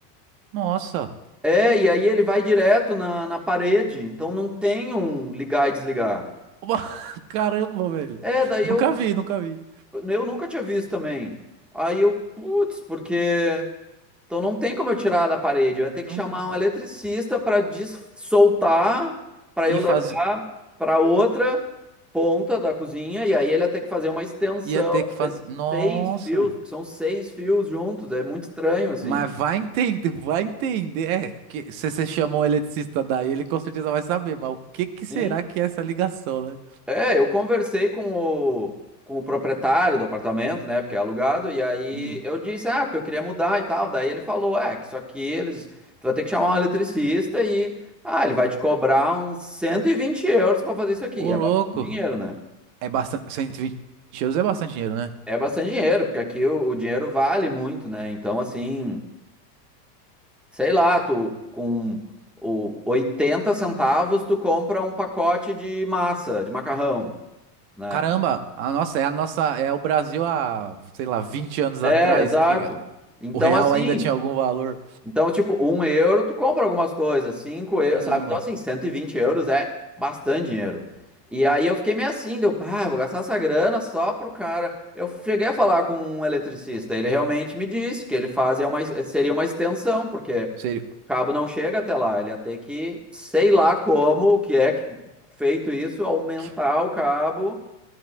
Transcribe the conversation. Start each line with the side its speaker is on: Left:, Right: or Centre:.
Right: Nossa.
Centre: É, e aí ele vai direto na, na parede, então não tem um ligar e desligar.
Right: Oba, <laughs> Caramba, velho.
Centre: É, daí
Right: Nunca
Centre: eu,
Right: vi, nunca vi.
Centre: eu nunca tinha visto também. Aí eu, putz, porque. Então não tem como eu tirar da parede, eu ia ter
Right: Não...
Centre: que chamar um eletricista para soltar, para
Right: E
Centre: eu levar
Right: faz...
Centre: para outra ponta da cozinha, e aí ele ia ter que fazer uma extensão
Right: Ia ter que fazer.
Centre: desses
Right: Nossa.
Centre: seis fios, porque são seis fios juntos, é muito estranho assim.
Right: Mas vai entender, vai entender. É, que, se você chama um eletricista daí, ele com certeza vai saber. Mas o que que será
Centre: Sim.
Right: que é essa ligação, né?
Centre: É, eu conversei com o, com o proprietário do apartamento, né? Porque é alugado, e aí
Right: Hum.
Centre: eu disse, ah, porque eu queria mudar e tal. Daí ele falou, é, que isso aqui eles. Tu vai ter que chamar um eletricista e. Ah, ele vai te cobrar uns 120 euros para fazer isso aqui.
Right: Ô,
Centre: É
Right: louco.
Centre: bastante dinheiro, né?
Right: É bastante. cento e vinte euros é bastante dinheiro, né?
Centre: É bastante dinheiro, porque aqui o, o dinheiro vale muito, né? Então, assim, sei lá, tu com o 80 centavos, tu compra um pacote de massa, de macarrão, né?
Right: Caramba, a nossa, é a nossa. É o Brasil há, sei lá, 20 anos
Centre: É,
Right: atrás
Centre: exato.
Right: que
Centre: Então,
Right: o real
Centre: assim.
Right: ainda tinha algum valor.
Centre: Então, tipo, um euro tu compra algumas coisas, cinco euros,
Right: Caramba.
Centre: sabe? Então, assim, 120 euros é bastante dinheiro. E aí eu fiquei meio assim, deu, pá, vou gastar essa grana só pro cara. Eu cheguei a falar com um eletricista, ele realmente me disse que ele fazia uma, seria uma extensão, porque
Right: Sério.
Centre: o cabo não chega até lá, ele ia ter que, sei lá como, o que é que- feito isso, aumentar
Right: Que,
Centre: o cabo